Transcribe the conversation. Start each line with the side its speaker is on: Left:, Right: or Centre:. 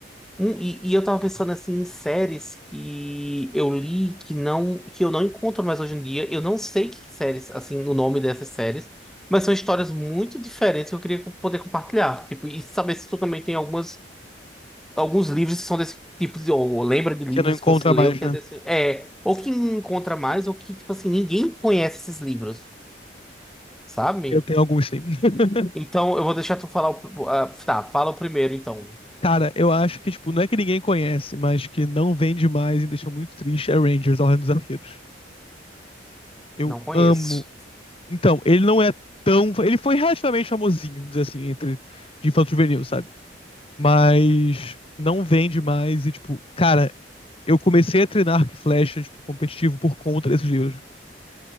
Centre: Um, e, e eu tava pensando assim em séries que eu li que não que eu não encontro mais hoje em dia. Eu não sei que séries, assim, o nome dessas séries, mas são histórias muito diferentes que eu queria co- poder compartilhar. Tipo, e saber se tu também tem algumas alguns livros que são desse tipo de, ou lembra de livros
Left: Que não encontra
Centre: que você leu
Left: mais,
Centre: que
Left: né?
Centre: é desse, é, ou que encontra mais ou que tipo assim ninguém conhece esses livros, sabe?
Left: Eu tenho alguns sim. <laughs>
Centre: Então eu vou deixar tu falar o, ah, tá, fala o primeiro então.
Left: Cara, eu acho que, tipo, não é que ninguém conhece, mas que não vende mais e deixa muito triste é Rangers, a Ordem dos Arqueiros. Eu
Centre: Não conheço.
Left: amo. Então, ele não é tão. Ele foi relativamente famosinho, vamos dizer assim, entre de infanto juvenil, sabe? Mas não vende mais e, tipo, cara, eu comecei a treinar arco e flecha, tipo, competitivo por conta desses livros.